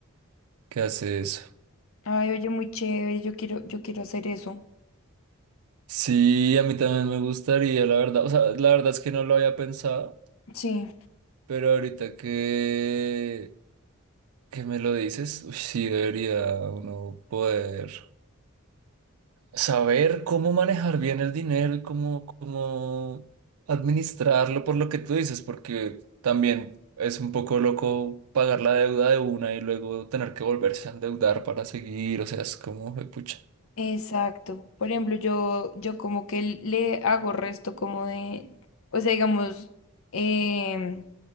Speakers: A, on the right (about 80°); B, on the left (about 70°).
A: que hace eso.
B: Ay, oye, muy chévere. Yo quiero, yo quiero hacer eso.
A: Sí, a mí también me gustaría, la verdad. O sea, la verdad es que no lo había pensado,
B: Sí,
A: pero ahorita que, que me lo dices, uy, sí debería uno poder. Saber cómo manejar bien el dinero y cómo, cómo administrarlo por lo que tú dices, porque también es un poco loco pagar la deuda de una y luego tener que volverse a endeudar para seguir, o sea, es como, pucha.
B: exacto. Por ejemplo, yo, yo como que le hago resto como de, o sea, digamos, em,